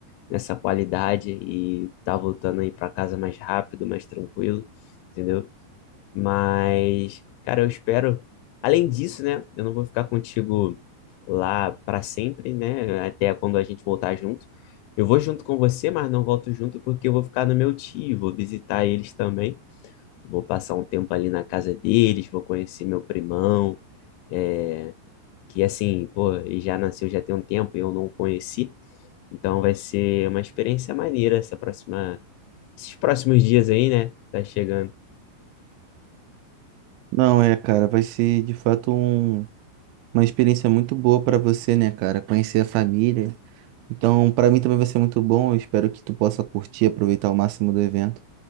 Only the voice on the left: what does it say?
nessa qualidade e tá voltando aí para casa mais rápido, mais tranquilo, entendeu? Mas, cara, eu espero. Além disso, né? Eu não vou ficar contigo lá para sempre, né? Até quando a gente voltar junto. Eu vou junto com você, mas não volto junto porque eu vou ficar no meu tio, vou visitar eles também. Vou passar um tempo ali na casa deles, vou conhecer meu primão. é, que assim, pô, ele já nasceu já tem um tempo e eu não o conheci. Então vai ser uma experiência maneira essa próxima, esses próximos dias aí, né? Tá chegando.